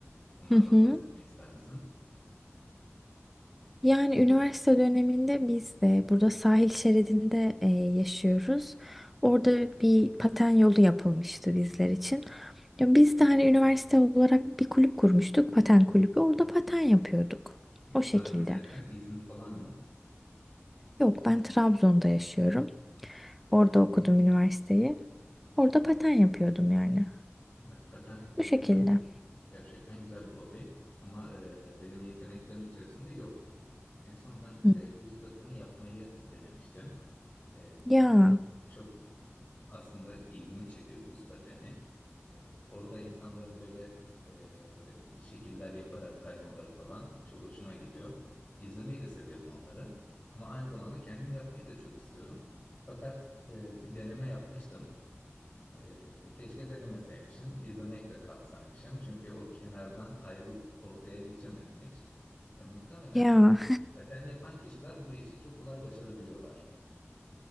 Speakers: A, on the left; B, in the centre.
A: Onlardan
B: Hı hı.
A: bahsetmek ister misin?
B: Yani üniversite döneminde biz de burada sahil şeridinde e, yaşıyoruz. Orada bir paten yolu yapılmıştı bizler için. Ya biz de hani üniversite olarak bir kulüp kurmuştuk, paten kulübü. Orada paten yapıyorduk.
A: E, Sahil
B: O şekilde.
A: derken İzmir falan mı?
B: Yok, ben Trabzon'da yaşıyorum. Orada okudum üniversiteyi. Orada paten yapıyordum yani.
A: Evet, paten e,
B: Bu şekilde.
A: güzel bir, gerçekten güzel bir hobi. Ama e, benim yeteneklerim içerisinde yok. En son ben
B: Hı.
A: e, buz pateni yapmayı denemiştim. E,
B: Ya,
A: çok aslında ilgimi çekiyor buz pateni. Ee, orada insanların böyle e, şekiller yaparak kaymaları falan çok hoşuma gidiyor. İzlemeyi de seviyorum onları. Ama aynı zamanda kendim yapmayı da çok istiyorum. Fakat e, bir deneme yapmıştım. E, keşke denemeseymişim, izlemekle kalsaymışım. Çünkü o kenardan ayrılıp ortaya geçemedim hiç. Ya, muhtemelen
B: ya.
A: paten yapan kişiler bu işi çok kolay başarabiliyorlar.